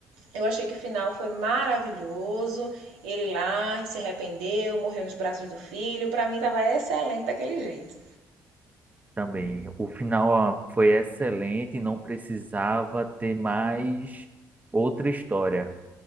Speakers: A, on the right; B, on the right.
A: Eu achei que o final foi maravilhoso. Ele lá se arrependeu, morreu nos braços do filho. Para mim tava excelente daquele jeito.
B: também. O final, ó, foi excelente, não precisava ter mais outra história.